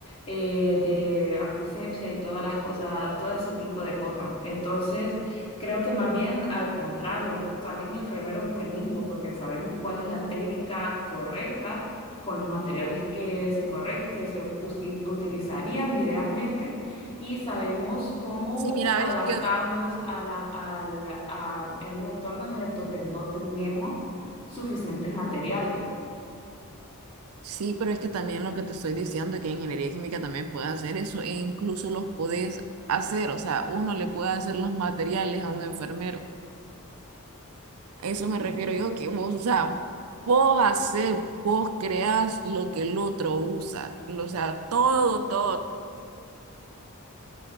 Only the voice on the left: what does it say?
eh, de antisepsia y todas las cosas, todo ese tipo de cosas. Entonces... Creo que más bien al contrario, salen enfermeros buenísimos porque sabemos cuál es la técnica correcta con los materiales que se corre- que se usi- utilizarían idealmente y sabemos cómo
adaptarnos
a la, al- a- en un entorno en el donde no tenemos suficientes materiales.